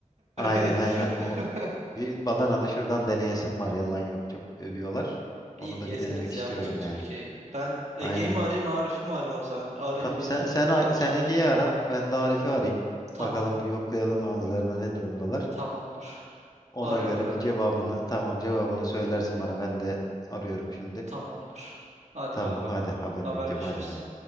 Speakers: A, on the left; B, on the right.
A: Aynen
B: <laughs>
A: aynen o bir Badana'da şuradan deneyesim var yalan yok çok övüyorlar.
B: İyi
A: Onu
B: gezeriz
A: da bir denemek istiyorum
B: ya bütün Türkiye'yi.
A: yani.
B: Ben Ege'yi
A: Aynen.
B: mi arayayım, Arif'i mi arayayım o zaman? Arayayım
A: Tamam
B: birini
A: sen sen A-
B: konuşayım.
A: sen Ege'yi ara. Ben de Arif'i arayayım.
B: Tamam,
A: Bakalım bir yoklayalım ağızlarına ne durumdalar.
B: tamamdır.
A: Ona
B: Arıyorum
A: göre
B: ben.
A: bir cevabını tamam cevabını söylersin bana. Ben de arıyorum şimdi.
B: Tamamdır. Hadi
A: Tamam
B: bay bay.
A: hadi haber
B: Haberleşiriz.
A: bekliyorum. Hadi bay bay.